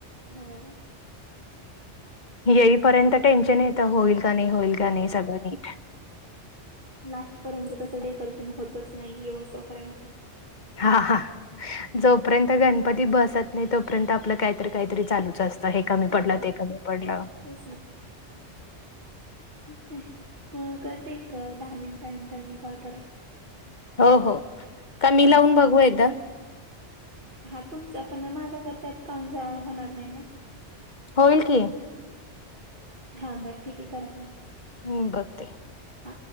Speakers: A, on the right (about 45°); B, on the left (about 40°).
A: हो..
B: येईपर्यंत टेन्शन येत होईल का नाही होईल का नाही सगळं नीट
A: लास्ट पर्यंत तसं डेकोरेशन होतच नाही व्यवस्थोपर्यंत
B: हा हा जोपर्यंत गणपती बसत नाही तोपर्यंत आपलं काहीतरी काहीतरी चालू जास्त हे कमी
A: हा
B: पडलं ते कमी पडलं
A: तेच ना.. ते प करते एक दहा मिनिटानंतर मी कॉल परत
B: हो.. हो. का मी
A: हा
B: लावून बघू एकदा.
A: हा तुमचा पण माझा त्यात काउंट.. होणार नाही ना
B: होईल की
A: हा बरं ठीक आहे करा तुम्ही
B: हम्म.. बघते.
A: हा